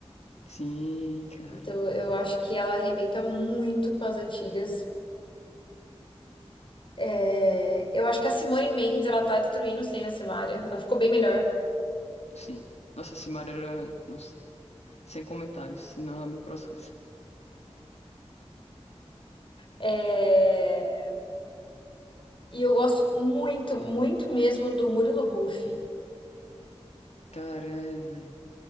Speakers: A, on the left (about 80°); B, on the left (about 50°).
A: Sim, cara.
B: Então eu acho que ela arrebenta muito com as antigas. É, eu acho que a Simone Mendes, ela tá destruindo sem a Simaria. Ela ficou bem melhor.
A: Sim. Nossa, Simara era. Nossa, sem comentários, senão ela me processa.
B: É, e eu gosto muito, muito mesmo do Murilo Huff.
A: Cara, é, velho.